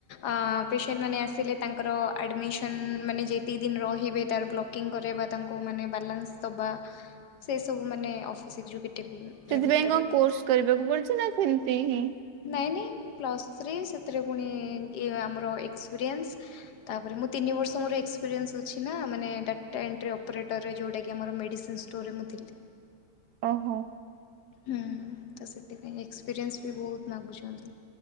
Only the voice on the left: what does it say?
ଆ ଅଫିସନ ମାନେ ଆସିଲେ ତା ତାଙ୍କର ଆଡ଼ମିସନ୍ ମାନେ ଯେତିକି ଦିନ ରହିବେ ତାର ବ୍ଲକିଂ କରେ ବା ତାଙ୍କୁ ମାନେ ବାଲାନ୍ସ ଦେବା ସେ ସବୁ ମାନେ ଅଫିସ <unintelligible>
ନାଇଁ ନାଇଁ ପ୍ଲସ୍ ଥ୍ରୀ ସେଥିରେ ପୁଣି ଆମର ଏକ୍ସପିରିଏନ୍ସ ତାପରେ ମୁଁ ତିନି ବର୍ଷ ମରକ୍ସପିରିଏନ୍ସ ଅଛି ନା ମାନେ ଟାଟା ଏଣ୍ଟ୍ରି ଅପରେଟରରେ ଯୋଉଟାକି ଆମର ମେଡି ସିନ୍ ଷ୍ଟୋରେ ମୁଁ ଥିଲି
ହୁଁ ତ ସେଥିପାଇଁ ଏକ୍ସପିରିଏନ୍ସ ବି ବହୁତ ମାଗୁଛନ୍ତି